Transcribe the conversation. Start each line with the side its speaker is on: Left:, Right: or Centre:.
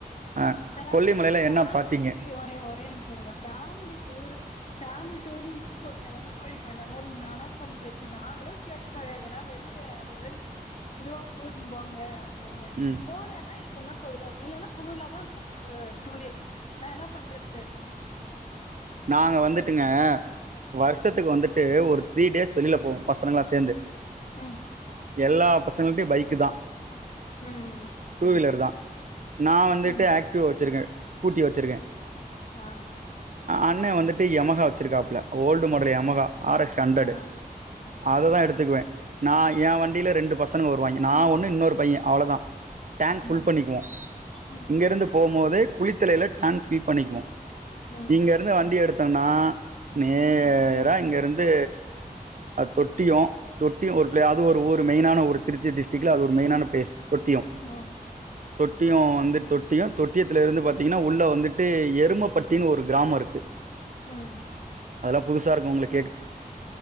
Right: ஆ
Left: அதாவது
Right: கொல்லிமலையில
Left: ஃபேம்லி
Right: என்ன பாத்தீங்க
Left: ஒரே ஒரே நிமிஷோ இருங்க ஃபேம்லி டூரு ஃபேம்லி டூரு இ ட்னு போறது எல்லாமே கோயில் கோயிலாதா இருக்குது நா என்னா பண்றது? நாங்களு கேட்டோ எங்கனா வெளிய அது மாரி இதுவா கூட்னு போங்க அப்டினு
Right: ம்
Left: போறோன்னா எதுனா கோவிலா இருக் இல்லன்னா கோவிலாதா இருக்கு ஆ டூரே நா என்னா பண்றது?
Right: நாங்க வந்துட்டுங்க வர்ஷத்துக்கு வந்துட்டு ஒரு த்ரீ டேஸ் வெளில போவோ பசங்களா சேந்து
Left: ம்
Right: எல்லா பசங்கள்டை பைக்கு தா
Left: ம்
Right: டூவீலர் தா நா வந்துட்டு
Left: ம்
Right: ஆக்டிவா வச்சுருக்கே ஸ்கூட்டி வச்சுருக்கே
Left: ஆ
Right: அண்ணெ வந்துட்டு யமகா வச்சுருக்காப்புல old model Yamaha R X ஹண்ட்ரடு
Left: ஆ
Right: அததா எடுத்துக்குவே நா ஏ வண் டில ரெண்டு பசனுங்க வருவாங்க நா ஒன்னு இன்னொரு பைய அவ்ளதா டேங்க்
Left: ம்
Right: ஃபுல் பண்ணிக்குவோ
Left: ம்
Right: இங்கருந்து போம்போது குளித்தலையில டாங் ஃபில் பண்ணிக்குவோ
Left: ம்
Right: இங்கெருந்து வண்டி எடுத் தன்னா நேரா
Left: ம்
Right: இங்கெருந் து அ தொட்டியொ தொட்டியொ ஒரு ப்ளெ அது ஒரு ஊரு மெயினான ஊரு திருச்சி டிஸ்ட்ரிக்ல அது ஒரு மெயினான ப்ளேஸ் தொட்டியொ
Left: ம்
Right: தொட்டியொ வந்துட் தொட்டியொ தொட்டியத்துலெருந்து பாத்தீங்கனா உள்ள வந்துட்டு எருமப்பட்டின்னு ஒரு கிராம இருக்கு
Left: ம்
Right: அதுலா புதுசாருக்கு உங்ளுக்